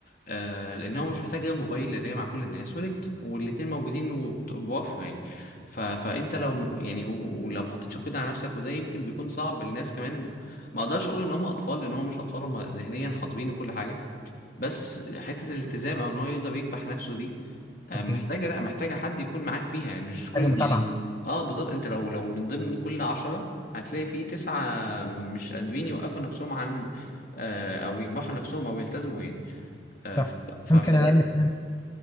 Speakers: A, on the left (about 55°); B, on the left (about 20°).
A: آه لان هو مش محتاج غير موبايل اللي هي مع كل الناس ونت والاتنين موجودين وبت- بوفر يعني ف... فانت لو يعني و- ولو ما حطيتش قيد على نفسك وده يمكن بيكون صعب للناس كمان ما اقدرش اقول ان هم اطفال لان هم مش اطفال هم ذهنيا حاضرين وكل حاجة بس حتة الالتزام او ان هو يقدر يكبح نفسه دي آه،
B: اكيد
A: محتاجة لا محتاجة حد يكون معاك فيها مش كل
B: حاجه متابعه
A: يعني اه بالظبط انت لو لو من ضمن كل عشرة هتلاقي في تسعة مش قادرين يوقفوا نفسهم عن آه او يكبحوا نفسهم او يلتزموا يعني آه
B: صح
A: ف- ف-
B: يمكن
A: فدايما
B: اقل كمان